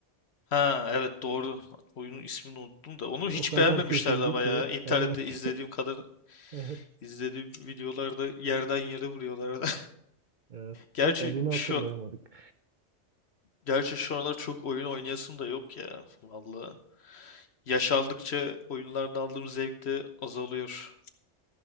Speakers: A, on the left (about 60°); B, on the right (about 50°).
A: Ha evet doğru. Oyunun ismini unuttum da. Onu
B: o
A: hiç
B: kadar
A: beğenmemişlerdi
B: kötüydü
A: ama
B: ki.
A: ya. İnternette
B: evet.
A: izlediğim kadar
B: Evet,
A: izlediğim videolarda yerden yere vuruyorlardı.
B: evet.
A: <laughs> Gerçi
B: Bak adını
A: şu
B: hatırlayamadık.
A: gerçi şu aralar çok oyun oynayasım da yok ya. Vallahi. Yaş aldıkça oyunlardan aldığım zevk de azalıyor.